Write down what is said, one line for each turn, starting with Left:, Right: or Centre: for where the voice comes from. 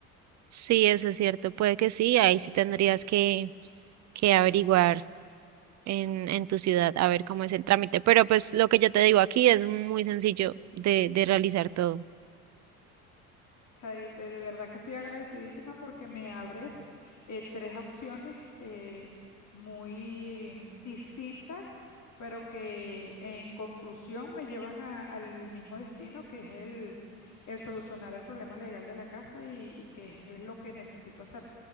Right: Sí, eso es cierto, puede que sí, ahí sí tendrías que, que averiguar en, en tu ciudad a ver cómo es el trámite, pero pues lo que yo te digo aquí es muy sencillo de, de realizar todo.
Left: sea, eh, de verdad que estoy agradecidísima porque me abres eh, tres opciones eh, muy distintas, pero que en conclusión me llevan a- al mismo destino, que es el, el solucionar el problema legal de la casa y, y que es, es lo que necesito hacer.